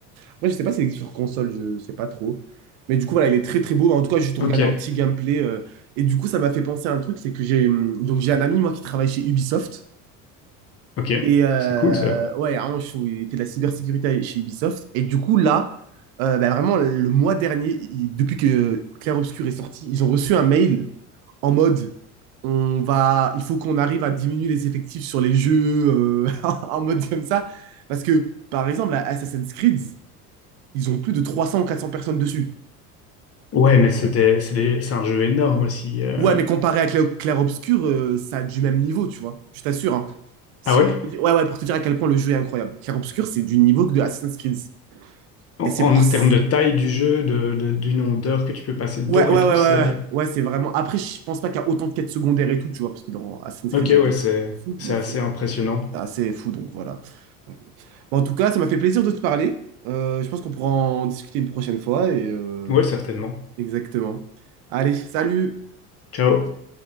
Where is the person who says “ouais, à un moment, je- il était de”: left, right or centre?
Right